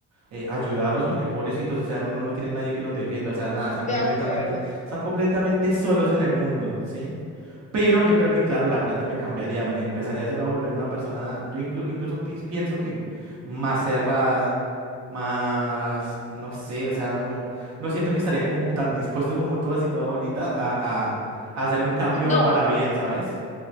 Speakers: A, on the right; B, on the left.
A: eh, ayudarlos porque pobrecitos, o sea, no, no tienen nadie que los defienda, o sea, nada, están
B: De
A: completamente,
B: acuerdo.
A: están completamente solos en el mundo, ¿sí? Pero yo creo que, claro, la plata me cambiaría, me empezaría a hacer- a volver una persona, yo inclu- incluso pi- pienso que más cerrada, más, no sé, o sea, no, no siento que estaría como tan dispuesto como tú, así toda bonita, a, a a hacer un cambio
B: No,
A: para bien, ¿sabes?